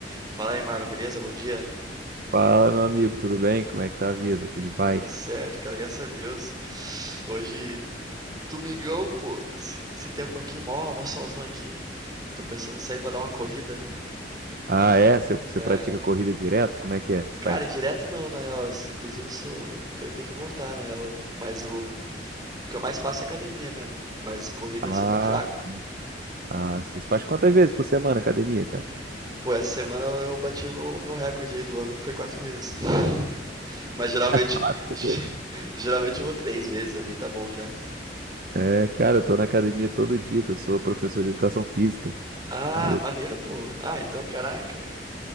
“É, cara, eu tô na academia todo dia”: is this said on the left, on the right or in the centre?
Right